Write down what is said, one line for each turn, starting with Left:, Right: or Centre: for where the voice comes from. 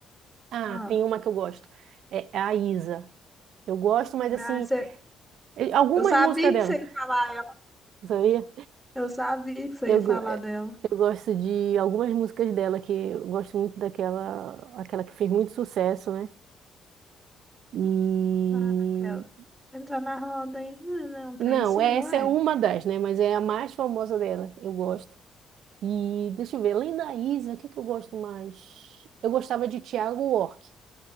Right: ah,
Centre: Ah,
Right: tem uma que eu gosto, é a Isa. Eu gosto, mas
Centre: ah,
Right: assim,
Centre: você-
Right: eu- algumas
Centre: eu sabia
Right: músicas dela,
Centre: que você ia falar ela.
Right: sabia?
Centre: Eu sabia que você
Right: Eu,
Centre: ia falar
Right: go-
Centre: dela.
Right: Eu gosto de algumas músicas dela, que eu gosto muito daquela, aquela que fez muito sucesso, né? E
Centre: Ah, aquela. Entrar na roda aí. Não, não tem
Right: não,
Centre: assim,
Right: essa
Centre: não é?
Right: é uma das, né? Mas é a mais famosa dela, eu gosto. E deixa eu ver, além da Isa, o que que eu gosto mais? Eu gostava de Thiago York,